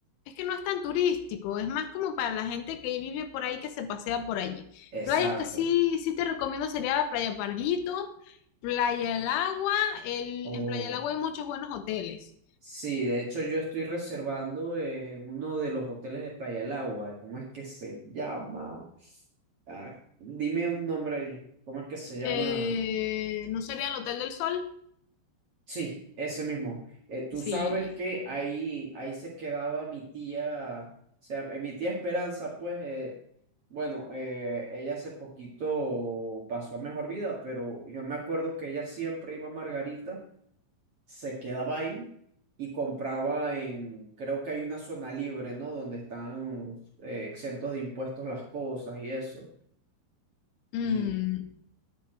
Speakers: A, on the left (about 85°); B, on the right (about 45°).
A: Es que no es tan turístico, es más como para la gente que vive por ahí, que se pasea por allí.
B: Exacto.
A: Playas que sí, sí te recomiendo sería Playa Parguito, Playa El Agua. El,
B: Oh.
A: en Playa El Agua hay muchos buenos hoteles.
B: Sí, de hecho yo estoy reservando en uno de los hoteles de Playa del Agua. ¿Cómo es que se llama? Ah, dime un nombre ahí. ¿Cómo es que se llama?
A: Eh, ¿no sería el Hotel del Sol?
B: Sí, ese mismo. Eh, tú
A: Sí.
B: sabes que ahí, ahí se quedaba mi tía, o sea, eh, mi tía Esperanza, pues, eh, bueno, eh, ella hace poquito pasó a mejor vida, pero yo me acuerdo que ella siempre iba a Margarita, se quedaba ahí y compraba en, creo que hay una zona libre, ¿no? Donde están eh, exentos de impuestos las cosas y eso.
A: Mm,
B: y